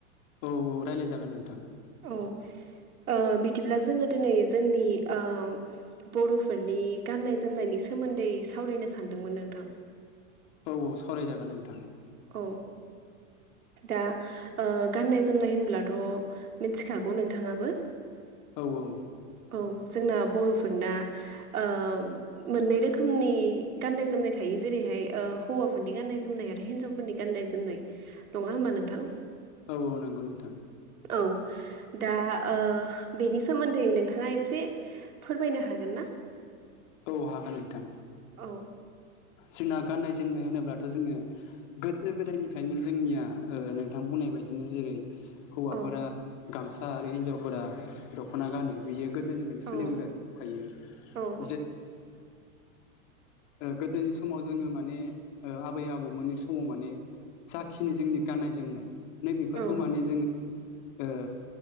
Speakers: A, on the left; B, on the right.
A: औ-औ रायलाय जागोन नोंथां। <inaudible>
B: औ ओ बिदिब्ला जोङो दिनै जोंनि आ बर'फोरनि गाननाय जोमनायनि सोमोन्दै सावरायनो सानदोंमोन नोंथां?
A: औ-औ सावरायजागोन नोंथां।
B: औ
A: <inaudible>
B: दा ओ गाननाय-जोमनाय होनब्लाथ' मिनथिखागौ नोंथाङाबो?
A: औ औ।
B: औ जोंना बर'फोरना ओ मोननै रोखोमनि गाननाय- जोमनाय थायो। जेरैहाय ओ हौवफोरनि गाननाय-जोमनाय आरो हिनजावफोरनि गाननाय-जोमनाय नङा होमबा नोंथां?
A: औ औ नंगौ नों
B: औ दा ओ बेनि सोमोन्दै नोंथाङा एसे फोरमायनो हागोन ना
A: औ हागोन नोंथां
B: औ
A: जोंना गाननाय जोमनाय होनोब्लाथ' जोङो गोदो गोदायनिफ्रायनो जोंनिया नोंथां बुंनाय बायदि बिदिनो जेरै हौवाफोरा
B: औ
A: गामसा आरो हिनजावफोरा दख'ना गानो बियो गोदोनिफ्रायनो सोलिबोगासिनो
B: औ
A: थायो
B: औ
A: जेरै गोदोनि समाव जोङो माने आबै आबौमोननि समाव माने साखिनि जोंनि गाननाय जोमनाय नै बेफोरखौ
B: औ
A: माने जोङो